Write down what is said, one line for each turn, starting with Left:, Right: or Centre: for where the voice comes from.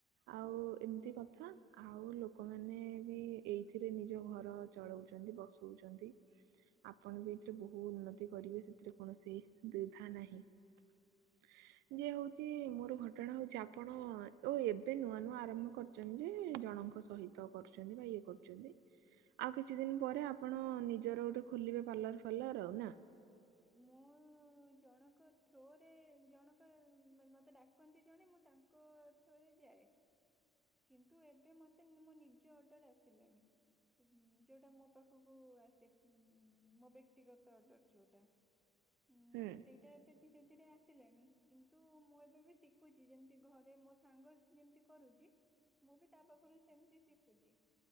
Right: ଆଉ ଏମିତି କଥା। ଆଉ ଲୋକମାନେ ବି ଏଇଥିରେ ନିଜ ଘର ଚଳଉଛନ୍ତି ବସଉଛନ୍ତି। ଆପଣ ବି ଏଥିରେ ବହୁ ଉନ୍ନତି କରିବେ ସେଥିରେ କୌଣସି ଦ୍ୱିଧା ନାହିଁ। <unintelligible> ଯେ ହଉଛି ମୋର ଘଟଣା ହଉଛି ଆପଣ ଓ ଏବେ ନୂଆ ନୂଆ ଆରମ୍ଭ କରିଛନ୍ତି ଯେ ଜଣଙ୍କ ସହିତ କରୁଛନ୍ତି ବା ଇଏ କରୁଛନ୍ତି। ଆଉ କିଛି ଦିନ
Centre: ମୁଁ
Right: ପରେ ଆପଣ ନିଜର ଗୋଟେ ଖୋଲିବେ ପାର୍ଲର ଫାର୍ଲର ଆଉ ନା
Centre: ମୁଁ ଜଣଙ୍କ ଥ୍ରୋ ରେ ଜଣ ମତେ ଡାକନ୍ତି ଜଣେ ମୁଁ ତାଙ୍କ ଥ୍ରୋରେ ଯାଏ। କିନ୍ତୁ ଏବେ ମୋତେ ମୋ ନିଜ ଅର୍ଡର ଆସିଲେଣି। ଯୋଉଟା ମୋ ପାଖକୁ ଆସେ ମୋ ବ୍ୟକ୍ତିଗତ ଅର୍ଡର ଯୋଉଟା। ଉଁ
Right: ହୁଁ।
Centre: ସେଇଟା ଏବେ ଧୀରେ ଧୀରେ ଆସିଲାଣି କିନ୍ତୁ ମୁଁ ଏବେ ବି ଶିଖୁଛି ଯେମିତି ଘରେ ମୋ ସାଙ୍ଗ ଯେମତି କରୁଛି ମୁଁ ବି ତା ପାଖରୁ ସେମତି ଶିଖୁଛି।